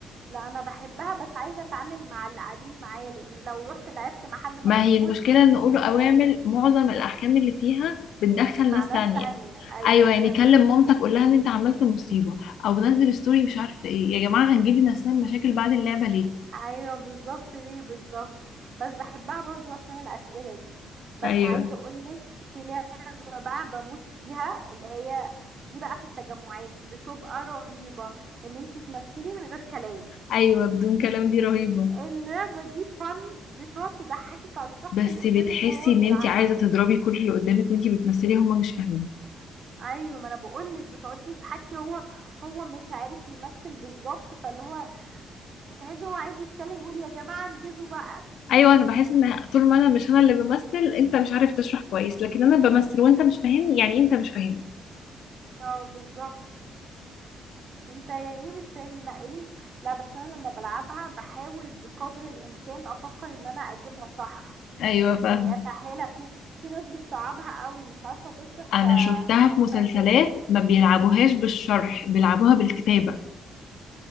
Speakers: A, on the right; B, on the left.
A: لا انا بحبها بس عايزه اتعامل مع اللي قاعدين معايا لان لو رحت لعبت مع حد ما
B: ما
A: اعرفوش
B: هي المشكله ان نقول
A: مش
B: اوامر
A: هي
B: معظم الاحكام اللي فيها بتدخل
A: مع
B: ناس
A: ناس
B: تانية
A: تانية ايوه
B: ايوه يعني
A: فهمت
B: كلم مامتك قول لها ان انت عملت مصيبه او نزل ستوري مش عارفه ايه يا جماعه هنجيب لنا مشاكل بعد اللعبه ليه
A: ايوه بالظبط ليه بالظبط بس بحبها برضو عشان الاسئله دي بس
B: ايوه
A: عايزه اقولك في لعبه بقى بموت فيها اللي هي دي بقى في التجمعات بتبقى رهيبه ان انتي تمثلي من غير كلام
B: ايوه بدون كلام دي رهيبه
A: اللعبه دي فن بتقعد تضحكك على الشخص
B: بس
A: اللي قدامك
B: بتحسي
A: وهو
B: ان
A: بيلعبها
B: انت عايزه تضربي كل اللي قدامك وانت بتمثلي هما مش فاهمين
A: ايوه ما انا بقولك بتقعدي تضحكي هو هو مش عارف يمثل بالظبط فاللي هو تحس هو عايز يتكلم يقول يا جماعه انجزوا بقى
B: ايوه انا بحس ان طول ما انا مش انا اللي بمثل انت مش عارف تشرح كويس لكن انا بمثل وانت مش فاهمني يعني إيه انت مش فاهمني
A: اه بالظبط انت يعني ايه مش فاهمني مع اني لا بس انا لما بلعبها بحاول بقدر الامكان افكر ان انا اجيبها صح
B: ايوه فاهمه
A: يعني اسهلها في في ناس بتصعبها قوي مش عارفه تشرح
B: انا
A: ف
B: شفتها في مسلسلات
A: فتح
B: ما بيلعبوهاش بالشرح بيلعبوها بالكتابه
A: امال ايه